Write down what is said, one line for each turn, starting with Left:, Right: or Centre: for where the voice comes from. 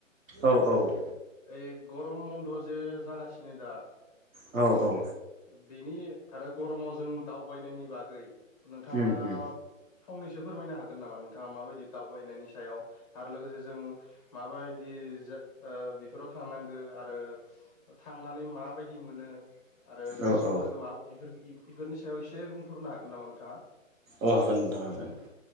Right: औ औ
Left: ओइ गरम बन्द जे जागासिनो दा
Right: औ औ
Left: बेनि आरो गरमाव जों दावबायनायनि बागै नोंथाङा
Right: उम उम
Left: फंनैसो फोरमायनो हागोन नामा नोंथाङा माबायदि दावबायनायनि सायाव आरो लोगोसे जों माबायदि जा ओ बेफोराव थांनांगो आरो ओ थांनानै माबायदि मोनो? आरो
Right: औ
Left: गोसोफोरखौ
Right: औ
Left: माबा इफोर इफोरनि सायाव एसे बुंफोरनो हागोन नामा नोंथाङा?
Right: अ हागोन नोंथां हागोन